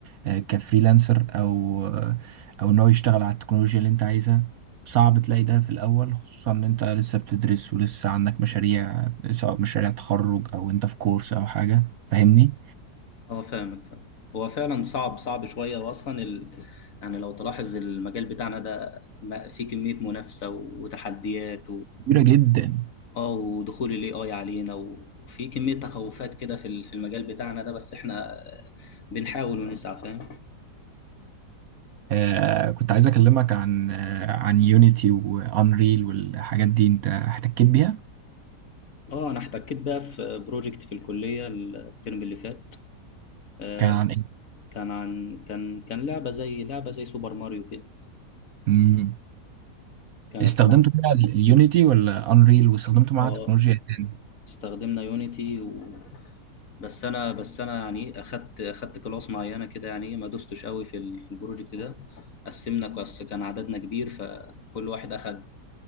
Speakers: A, on the right; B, on the left.
A: آه، كفريلانسر أو آه، أو إن هو يشتغل على التكنولوجيا اللي أنت عايزها صعب تلاقي ده في الأول خصوصا إن أنت لسه بتدرس ولسه عندك مشاريع سواء مشاريع تخرج أو أنت في كورس أو حاجة فاهمني؟
B: اه فاهمك فاهم هو فعلا صعب صعب شوية واصلا ال... يعني لو تلاحظ المجال بتاعنا ده ما- فيه كمية منافسة وتحديات
A: كبيرة جدا
B: اه ودخول الاي اي علينا وفي كمية تخوفات كده في ال- في المجال بتاعنا ده بس احنا بنحاول ونسعى فاهم
A: آه كنت عايز اكلمك عن آه عن يونيتي وانريل والحاجات دي انت احتكيت بيها
B: اه انا احتكيت بقى في بروجكت في الكلية الترم اللي فات آه،
A: كان عن ايه
B: كان عن كان كان لعبة زي لعبة زي سوبر ماريو كده
A: مم.
B: كان-
A: استخدمت
B: كنا
A: فيها اليونيتي ولا انريل واستخدمته معاها
B: اه
A: تكنولوجيا إيه تاني
B: استخدمنا يونيتي و... بس انا بس انا يعني اخدت اخدت كلاس معينه كده يعني ما دوستش قوي في ال- في البروجكت ده قسمنا كلاس كان عددنا كبير فكل واحد اخد